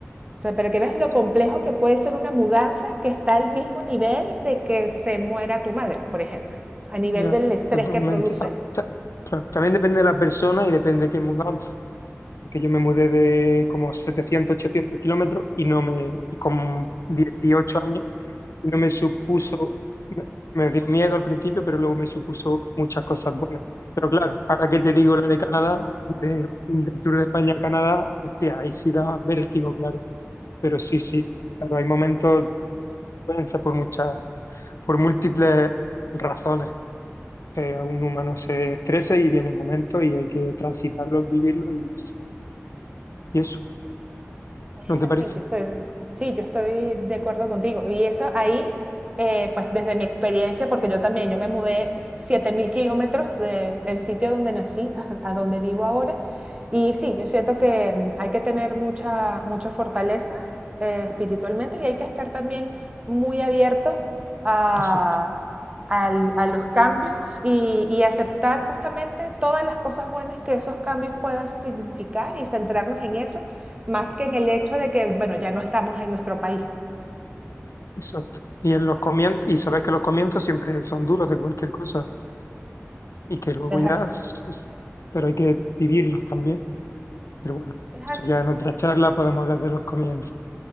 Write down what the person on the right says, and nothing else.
O sea, para que veas lo
complejo que puede ser una mudanza que está al mismo nivel de que se muera tu madre, por ejemplo, a nivel
del estrés
que produce.
Es
así,
yo estoy, sí, yo estoy de acuerdo contigo. Y eso ahí, eh, pues desde mi experiencia, porque yo también, yo me mudé 7.000 kilómetros de- del sitio donde nací <laughs> a a donde vivo ahora. Y sí, yo siento que mm, hay que tener mucha, mucha fortaleza eh, espiritualmente y hay que estar también muy abierto a,
al- a los cambios y, y aceptar justamente todas las cosas buenas que esos cambios puedan significar y centrarnos en eso más que en el hecho de que, bueno, ya no estamos en nuestro país.
Es
así,
es
así.